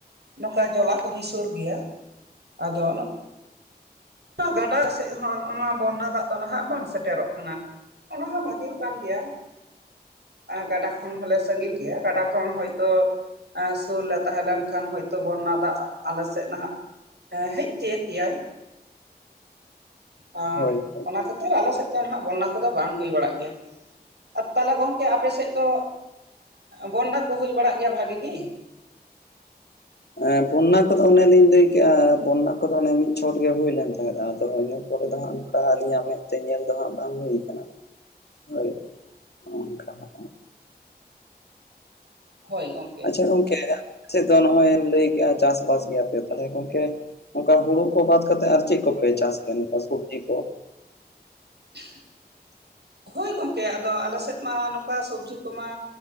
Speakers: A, on the right; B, on the left.
A: ᱱᱚᱝᱠᱟ ᱡᱚᱞᱟ ᱠᱚᱜᱮ ᱥᱩᱨ ᱜᱮᱭᱟ ᱟᱫᱚ ᱱᱚᱣᱟ ᱜᱟᱰᱟ ᱥᱮᱫ ᱦᱚᱸ ᱱᱚᱜ ᱱᱚᱣᱟ ᱵᱚᱱᱱᱟ ᱫᱟᱜ ᱫᱚ ᱱᱟᱦᱟᱜ ᱵᱟᱝ ᱥᱮᱴᱮᱨᱚᱜ ᱠᱟᱱᱟ ᱚᱱᱟ ᱦᱚᱸ ᱵᱷᱟᱜᱤ ᱠᱟᱱ ᱜᱮᱭᱟ ᱟᱨ ᱜᱟᱰᱟ ᱠᱷᱚᱱ ᱦᱚᱞᱮ ᱥᱟᱺᱜᱤᱧ ᱜᱮᱭᱟ ᱜᱟᱰᱟ ᱠᱷᱚᱱ ᱦᱚᱭᱛᱳ ᱥᱩᱨ ᱞᱮ ᱛᱟᱦᱮᱸ ᱞᱮᱱᱠᱷᱟᱱ ᱦᱚᱭᱛᱳ ᱵᱚᱱᱱᱟ ᱫᱟᱜ ᱟᱞᱮ ᱥᱮᱫ ᱱᱟᱦᱟᱜ ᱦᱮᱡ ᱛᱤᱭᱳᱜ ᱠᱮᱭᱟᱭ ᱮ
B: ᱦᱳᱭ ᱦᱳᱭ
A: ᱚᱱᱟ ᱠᱷᱟᱹᱛᱤᱨ ᱟᱞᱮ ᱥᱮᱫ ᱫᱚ ᱦᱟᱜ ᱵᱚᱱᱱᱟ ᱠᱚᱫᱚ ᱵᱟᱝ ᱦᱩᱭ ᱵᱟᱲᱟᱜ ᱜᱮᱭᱟ᱾ ᱟᱨ ᱛᱟᱦᱚᱞᱮ ᱜᱚᱝᱠᱮ ᱟᱯᱮᱥᱮᱫ ᱫᱚ ᱵᱚᱱᱰᱟ ᱠᱚ ᱦᱩᱭ ᱵᱟᱲᱟᱜ ᱜᱮᱭᱟ ᱵᱷᱟᱜᱤ ᱜᱤ?
B: ᱦᱮᱸ ᱵᱚᱱᱱᱟ ᱠᱚᱫᱚ ᱚᱱᱮᱞᱤᱧ ᱞᱟᱹᱭ ᱠᱮᱫᱮᱜᱼᱟ ᱵᱚᱱᱱᱟ ᱠᱚᱫᱚ ᱚᱱᱮ ᱢᱤᱫ ᱪᱷᱚᱴ ᱜᱮ ᱦᱩᱭ ᱞᱮᱱ ᱛᱟᱦᱮᱸᱫ ᱟᱫᱚ ᱛᱟᱨᱯᱚᱨᱮ ᱫᱚ ᱦᱟᱸᱜ ᱚᱱᱠᱟ ᱟᱹᱞᱤᱧᱟᱜ ᱢᱮᱫ ᱛᱮ ᱧᱮᱞ ᱫᱚ ᱦᱟᱸᱜ ᱵᱟᱝ ᱦᱩᱭ ᱟᱠᱟᱱᱟ᱾ ᱦᱳᱭ ᱱᱚᱜᱠᱟ ᱦᱟᱸᱜ
A: ᱦᱳᱭ ᱜᱚᱝ
B: ᱟᱪᱪᱷᱟ ᱜᱚᱝᱠᱮ ᱟᱯᱮᱥᱮᱫ ᱫᱚ ᱱᱚᱜᱼᱚᱭ ᱞᱟᱹᱭ ᱠᱮᱜᱼᱟ ᱪᱟᱥᱵᱟᱥ ᱜᱮᱭᱟ ᱟᱯᱮ ᱛᱟᱦᱚᱞᱮ ᱜᱚᱢᱠᱮ ᱚᱝᱠᱟ ᱦᱩᱲᱩ ᱠᱚ ᱵᱟᱫ ᱠᱟᱛᱮᱫ ᱟᱨ ᱪᱮᱫ ᱠᱚᱯᱮ ᱪᱟᱥ ᱠᱮᱭᱟ ᱱᱚᱠᱟ ᱥᱚᱵᱡᱤ ᱠᱚ
A: <unintelligible> ᱦᱳᱭ ᱜᱚᱢᱠᱮ ᱟᱫᱚ ᱟᱞᱮ ᱥᱮᱫ ᱢᱟ ᱱᱚᱝᱠᱟ ᱥᱚᱵᱡᱤ ᱠᱚᱢᱟ